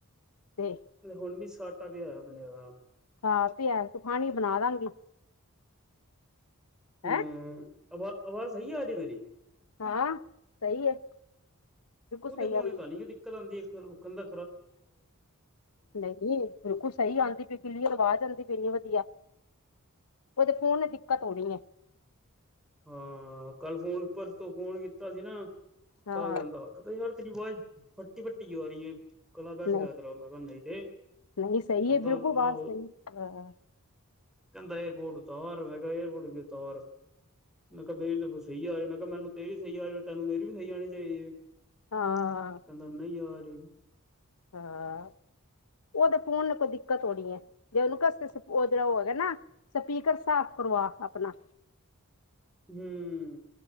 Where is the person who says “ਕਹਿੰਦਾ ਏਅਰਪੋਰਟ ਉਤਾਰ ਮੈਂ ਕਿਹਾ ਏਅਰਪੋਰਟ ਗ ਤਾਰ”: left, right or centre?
Centre